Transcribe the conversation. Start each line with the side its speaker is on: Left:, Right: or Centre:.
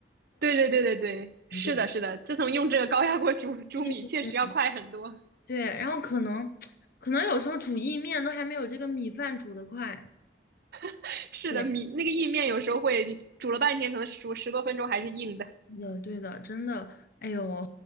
Right: 对对对对对，是的，
Left: 很便宜。
Right: 是的。自从用这个高压锅煮煮米，
Left: 对对对对
Right: 确实要快很多。
Left: 对，然后可能可能有时候煮意面都还没有这个米饭煮得快。
Right: <laughs> 是的，
Left: 对。
Right: 米那个意面有时候会煮了半天，可能煮十多分钟还是硬的。
Left: 对的，对的，真的，哎呦，